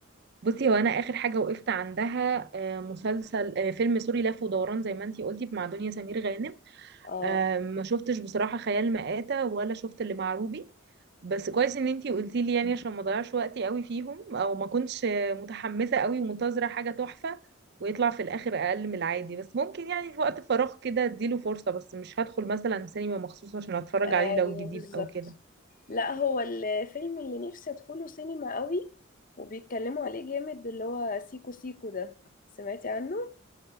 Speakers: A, on the right; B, on the left.
A: بصي هو انا اخر حاجه وقفت عندها آه، مسلسل آه، فيلم سوري لف ودوران زي ما انتي قلتي مع دنيا سمير غانم
B: اه
A: آه، ما شفتش بصراحه خيال مآتة ولا شفت اللي مع روبي بس كويس ان انتي قلتي لي يعني عشان ما اضيعش وقتي قوي فيهم او ما كنتش آه، متحمسه قوي ومنتظره حاجه تحفه ويطلع في الاخر اقل من العادي بس ممكن يعني في وقت فراغ كده اديله فرصه بس مش هدخل مثلا سينما مخصوص عشان اتفرج
B: ايوه
A: عليه لو جديد
B: بالظبط
A: او كده
B: لا هو الفيلم اللي نفسي ادخله سينما قوي وبيتكلموا عليه جامد اللي هو سيكو سيكو ده سمعتي عنه